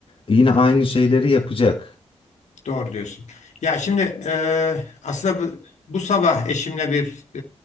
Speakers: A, on the left; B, on the left.
A: yine aynı şeyleri yapacak.
B: Doğru diyorsun. Ya şimdi e, aslında bu, bu sabah eşimle bir